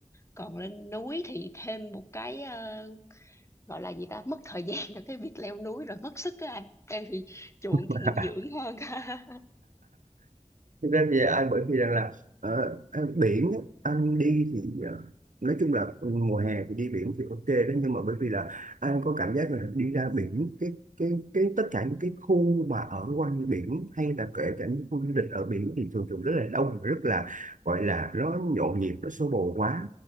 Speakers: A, on the left; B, on the right.
A: còn lên núi thì thêm một cái ờ, gọi là gì ta mất thời <laughs> gian cho cái việc leo núi rồi mất sức á anh em thì chuộng
B: <laughs>
A: cái nghỉ dưỡng hơn <laughs>
B: thực ra thì anh bởi vì rằng là ờ, à, biển á, anh đi thì ờ, nói chung là ừ, mùa hè thì đi biển thì ok đó nhưng mà bởi vì là anh có cảm giác là đi ra biển cái cái cái tất cả những cái khu mà ở quanh biển hay là kể cả những khu du lịch ở biển thì thường thường rất là đông và rất là gọi là nó nhộn nhịp nó xô bồ quá